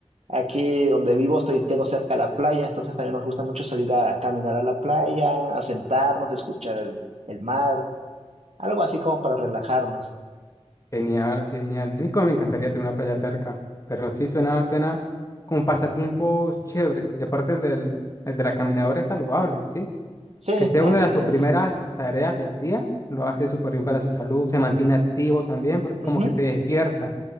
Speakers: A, on the right (about 70°); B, on the left (about 30°).
A: aquí donde vivo estoy, tengo cerca la playa, entonces también nos gusta mucho salir a caminar a la playa, a sentarnos, a escuchar el, el mar, algo así como para relajarnos.
B: genial, genial. A mí como me encantaría tener una playa cerca, pero sí suena, suena con pasatiempos chéveres. Y aparte el del, el de la caminadora es saludable, ¿sí?
A: Sí,
B: Que sea
A: así
B: una de sus
A: es.
B: primeras tareas del día, lo hace súper bien para su salud, se mantiene activo también, porque
A: Ujú.
B: como que te despierta.